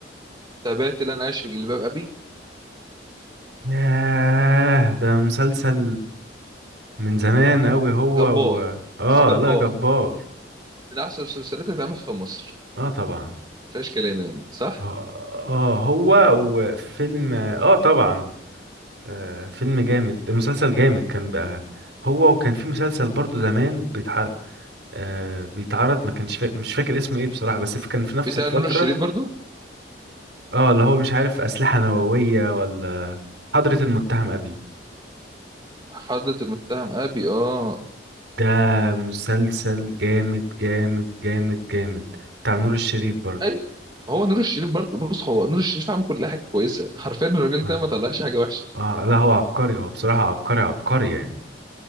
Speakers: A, on the right; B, on the right.
A: تابعت اللي انا عايش في جلباب ابي
B: ياه ده مسلسل من زمان قوي هو
A: جبار
B: و... اه
A: بس جبار
B: لا جبار
A: من احسن المسلسلات اللي اتعملت في مصر
B: اه طبعا
A: مفيهاش كلام يعني صح
B: اه آه، هو وفيلم اه طبعا آه فيلم جامد مسلسل جامد كان بقى هو وكان في مسلسل برضو زمان بيتح... آه بيتعرض ما كانش فا... مش فاكر اسمه ايه بصراحة بس كان في نفس
A: بتاع
B: الفترة
A: نور الشريف برضو
B: اه اللي هو مش عارف أسلحة نووية ولا حضرة المتهم أبي
A: حضرة المتهم ابي اه
B: ده مسلسل جامد جامد جامد جامد بتاع نور الشريف برضو
A: ايوه هو نور الشريف برضه بص هو نور الشريف عامل كل حاجه كويسه حرفيا الراجل
B: اه
A: ده ما طلعش حاجه وحشه
B: آه، لا هو عبقري هو بصراحة عبقري عبقري يعني